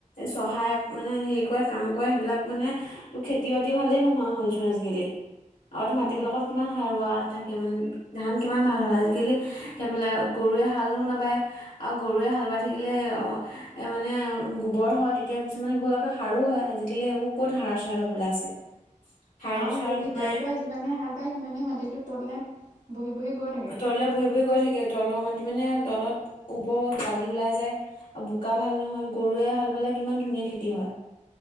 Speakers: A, on the left (about 85°); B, on the right (about 65°).
A: চহায় মানে হেৰি কৰে কাম কৰে সেইবিলাক মানে ত খেতি বাতি ভালেই নোহোৱা হ'লচোন আজিকালি? আগতে মাটিবিলাকত
B: উম
A: কিমান সাৰুৱা থাকে মানে ধান কিমান ভাল হয় আজিকালি সেইফালে গৰুৱে হালো নাবায় আৰু গৰুৱে হাল বাই থাকিলে অ এ মানে গোবৰ হয় তেতিয়া কিছুমান শিবলাগে সাৰো হয় আজিকালি এইবোৰ ক'ত সাৰ চাৰ হ'বলৈ আছে? <inaudible>
B: আৰু হেৰি
A: নাই
B: ট্ৰেক্টৰে যিমানে হাল বায় সিমানে মাটিটো তললে উম হু হু বহি-বহি গত
A: তললৈ বহি-বহি গৈ থাকে, তলৰ মাটি মানে তলত ওপৰত বালি ওলাই যায় ই ই। আৰু বোকা ভাল নহয়, গৰুৱে হাল বালে কিমান ধুনীয়া খেতি হয়।